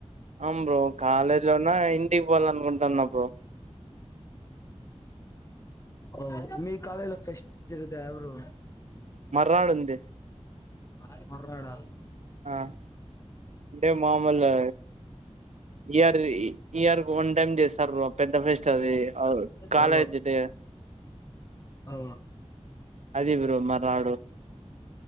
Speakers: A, on the right (about 75°); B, on the left (about 25°).
A: ఆమ్ బ్రో కాలేజ్ లో ఉన్నా ఇంటికి పోవాలనుకుంటన్నా బ్రో
B: ఓ మీక్ కాలెజ్లో ఫెస్ట్స్ జరుగుతయ బ్రో
A: మార్నాడు ఉంది
B: ఆ మర్నాడా
A: ఆ అంటే మామూలు ఇయర్ ది ఇయర్ కి వన్ టైమ్ చేస్తారు బ్రో పెద్ద ఫెస్ట్ అది కాలేజ్
B: ఓ
A: డే
B: ఓ
A: అది బ్రో మర్నాడు